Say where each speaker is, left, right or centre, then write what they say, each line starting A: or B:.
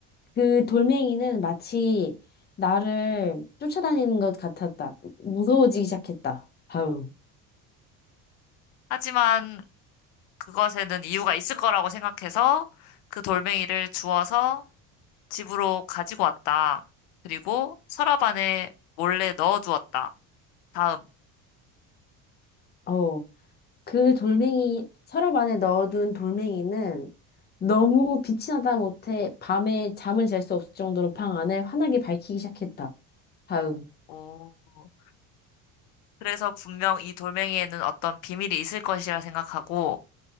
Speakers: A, on the left; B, on the left.
A: 그 돌멩이는 마치 나를 쫓아다니는 것 같았다. 무서워지기 시작했다. 다음.
B: 하지만 그것에는 이유가 있을 거라고 생각해서 그 돌멩이를 주워서 집으로 가지고 왔다. 그리고 서랍 안에 몰래 넣어두었다. 다음.
A: 어. 그 돌멩이, 서랍 안에 넣어둔 돌멩이는 너무 빛이 나다 못해 밤에 잠을 잘 수 없을 정도로 방 안을 환하게 밝히기 시작했다. 다음.
B: 오. 그래서 분명 이 돌멩이에는 어떤 비밀이 있을 것이라 생각하고